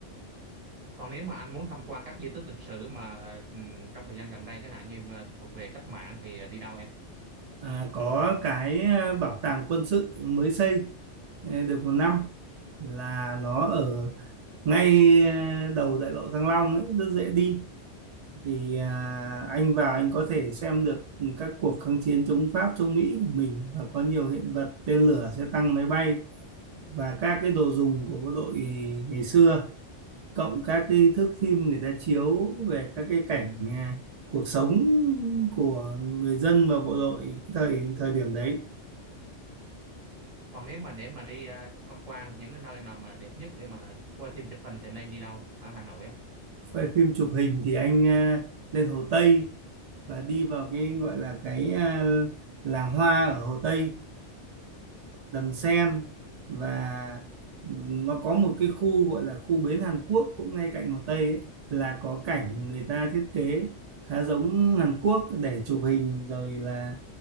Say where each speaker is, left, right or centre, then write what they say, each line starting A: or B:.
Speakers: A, on the right; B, on the right.
A: Còn nếu mà anh muốn tham quan các di tích lịch sử mà ừm, trong thời gian gần đây chẳng hạn như mà thuộc về cách mạng thì à, đi đâu em?
B: à, có cái à, bảo tàng quân sự mới xây ờ, được một năm là nó ở ngay ờ, đầu đại lộ Thăng Long ấy, rất dễ đi thì à, anh vào anh có thể xem được các cuộc kháng chiến chống Pháp chống Mỹ của mình và có nhiều hiện vật tên lửa xe tăng máy bay và các cái đồ dùng của bộ đội ngày xưa cộng các cái thước phim người ta chiếu về các cái cảnh à, cuộc sống của người dân và bộ đội thời thời điểm đấy
A: Còn nếu mà để mà đi à, tham quan những cái nơi nào mà đẹp nhất để mà quay phim chụp hình thì nên đi đâu ở Hà Nội á?
B: về phim chụp hình thì anh à, lên Hồ Tây và đi vào cái gọi là cái à, làng hoa ở Hồ Tây Đầm Sen và nó có một cái khu gọi là khu bến Hàn Quốc cũng ngay cạnh Hồ Tây ấy, là có cảnh người ta thiết kế khá giống Hàn Quốc để chụp hình rồi là